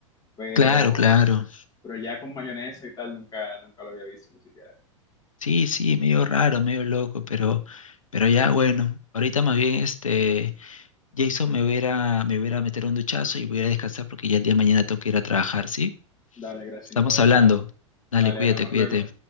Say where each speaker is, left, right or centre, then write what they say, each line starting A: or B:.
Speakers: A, on the left; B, on the left.
A: pero,
B: Claro, claro.
A: pero ya con mayonesa y tal nunca, nunca lo había visto ni siquiera.
B: Sí, sí, medio raro, medio loco, pero, pero ya bueno. Ahorita más bien este, Jason me voy a, ir a- me voy a ir a meter un duchazo y voy a descansar porque ya el día de mañana tengo que ir a trabajar, ¿sí?
A: Dale, gracias,
B: Estamos
A: no pasa
B: hablando.
A: nada.
B: Dale,
A: Vale,
B: cuídate,
A: hablamos
B: cuídate.
A: luego.